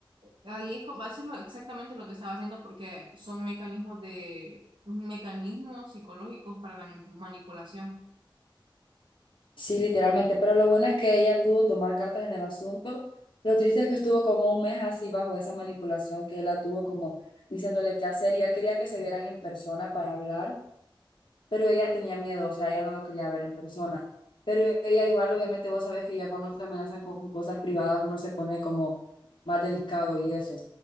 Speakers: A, on the right (about 85°); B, on the left (about 80°).
A: Ahí es como, eso es lo- exactamente lo que estaba haciendo porque son mecanismos de, mecanismos psicológicos para la ni- manipulación.
B: Sí, literalmente, pero lo bueno es que ella pudo tomar cartas en el asunto. Lo triste es que estuvo como un mes así bajo esa manipulación que él la tuvo como diciéndole qué hacer y él quería que se vieran en persona para hablar, pero ella tenía miedo, o sea, ella no lo quería ver en persona. Pero ella igual, obviamente vos sabes que ya cuando te amenazan con cosas privadas uno se pone como más delicado y eso.